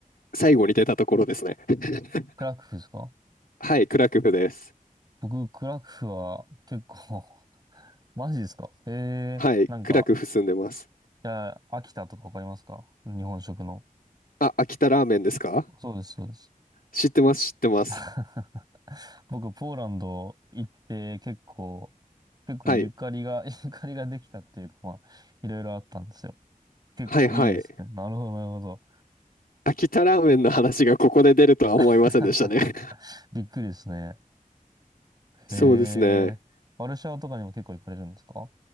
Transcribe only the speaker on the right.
クラクフですか
僕、クラクフは結構 <laughs> マジですかへ
えー、なんか、
じゃあ、秋田とかわかりますか日本食の。
そうです、そうです。
<laughs> 僕、ポーランド行って結構、結構ゆかりが、
<laughs> ゆかりができたっていうか、まあ、いろいろあったんですよ。結構いいですね。
なるほど、なるほど。
<laughs> びっくりですね。
へえ。ワルシャワとかにも結構行かれるんですか